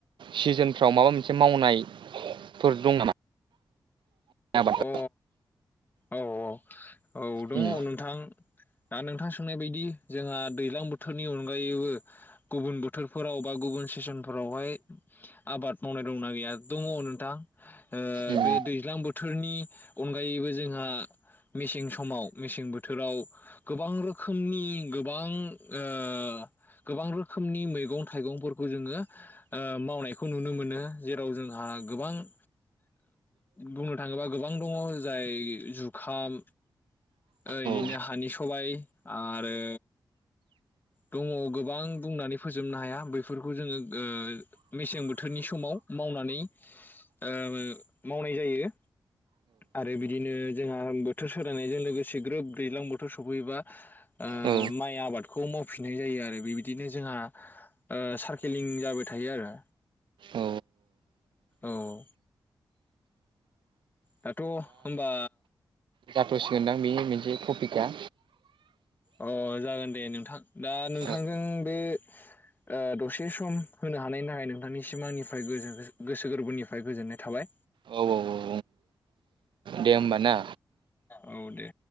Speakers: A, on the right (about 85°); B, on the left (about 25°).
A: सिजोनफ्राव माबा मोनसे मावनायफोर दं नामा? आबाद
B: अ औ औ। औ दङ
A: उम
B: नोंथां। दा नोंथां सोंनाय बायदि जोंहा दैलां बोथोरनि अनगायैबो गुबुन बोथोरफोराव बा गुबुन सिसन फोराव हाय आबाद मावनाय दंना गैया? दङ' नोंथां। ओ
A: उम
B: बे दैज्लां बोथ थोरनि अनगायैबो जोंहा मेसें समाव मेसें बोथोराव गोबां रोखोमनि गोबां ओ गोबां रोखोमनि मैगं थाइगंफोरखौ जोङो ओ मावनायखौ नुनो मोनो। जेराव जोंहा गोबां ओ बुंनो थाङोबा गोबां दङ जाय जुखाम ओ इदिनो
A: औ
B: हानि सबाय आरो दङ' गोबां बुंनानै फोजोबनो हाया बैफोरखौ जोङो ओ मेसें बोथोरनि समाव मावनानै ओ मावनाय जायो। आरो बिदिनो जोंहा बोथोर सोलायनायजों लोगोसे ग्रोब दैज्लां बोथोर सफैयोबा ओ
A: औ
B: माइ आबादखौ मावफिननाय जायो आरो बेबायदिनो जोंहा ओ सारकेलिं जाबाय थायो आरो।
A: औ
B: औ औ। दाथ' होनबा
A: जाथ' सिगोनदां बेनि मिनसे टपिकआ?
B: अ जागोन दे नोंथां दा नोंथांजों
A: औ
B: बे ओ दसे सम होनो हानायनि थाखाय नोंथां निसिम आंनिफ्राय गोजो गोसो गोरबोनिफ्राय गोजोननाय थाबाय।
A: औ औ औ दे होमबा ना।
B: औ दे।